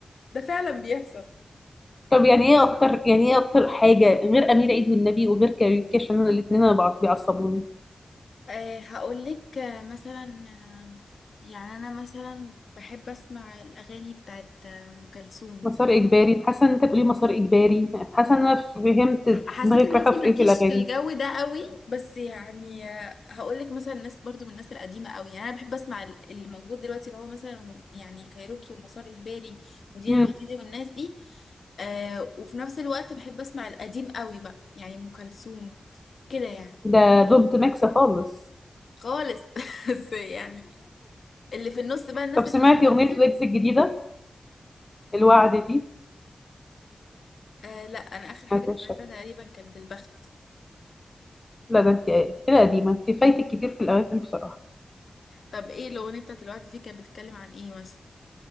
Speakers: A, on the left; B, on the left.
A: ده فعلا بيحصل
B: طب يعني ايه اكتر يعني ايه اكتر حاجه غير امير عيد والنبي وغير كاريوكي عشان انا الاثنين انا بع- بيعصبوني
A: أه هقولك آه، مثلا آه، يعني أنا مثلا بحب أسمع الأغاني بتاعت آه، أم كلثوم
B: مسار اجباري حاسه ان انت بتقولي مسار اجباري حاسه ان انا فهمت
A: حسيت
B: دماغك
A: ان
B: رايحه
A: انتي
B: في
A: مالكيش
B: ايه في الاغاني
A: في الجو ده قوي بس يعني هقول لك مثلا ناس برضو من الناس القديمه قوي يعني انا بحب اسمع ال- اللي موجود دلوقتي اللي هو مثلا يعني كايروكي ومسار اجباري ودينا
B: امم
A: الوتيدي والناس دي آه وفي نفس الوقت بحب اسمع القديم قوي بقى يعني ام كلثوم كده يعني
B: ده دونت ميكس خالص
A: خالص <laughs> بس يعني اللي في النص بقى الناس
B: طب سمعتي
A: اللي في النص
B: اغنيه
A: دي
B: ويجز الجديده الوعد دي
A: آه لا انا اخر حاجه
B: سمعتهاش
A: سمعتها
B: شكل
A: تقريبا كانت البخت
B: لا ده انت انت كده قديمه انت فايتك كتير في الاغاني بصراحه
A: طب ايه الاغنيه بتاعت الوقت دي كانت بتتكلم عن ايه مثلا